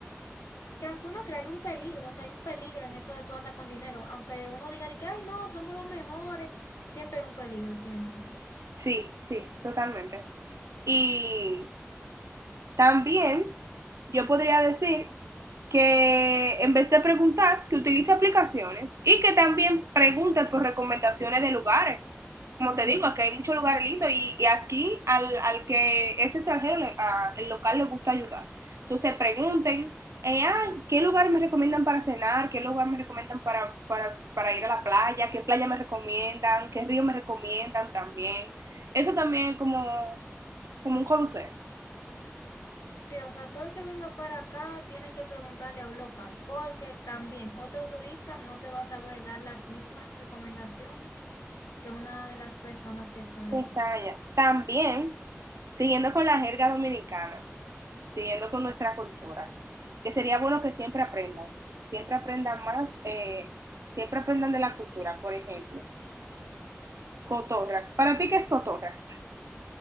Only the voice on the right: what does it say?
sí, sí, totalmente. Y También yo podría decir que en vez de preguntar, que utilice aplicaciones y que también pregunte por recomendaciones de lugares. Como te digo, aquí hay muchos lugares lindos y, y aquí al, al que es extranjero, le- a- el local le gusta ayudar. Entonces pregunten, eh, ah, ¿qué lugar me recomiendan para cenar? ¿Qué lugar me recomiendan para, para, para ir a la playa? ¿Qué playa me recomiendan? ¿Qué río me recomiendan también? Eso también es como, como un consejo.
Estaba
allá. También, siguiendo con la jerga dominicana, siguiendo con nuestra cultura, que sería bueno que siempre aprendan, siempre aprendan más, eh, siempre aprendan de la cultura, por ejemplo, cotorra. ¿Para ti qué es cotorra?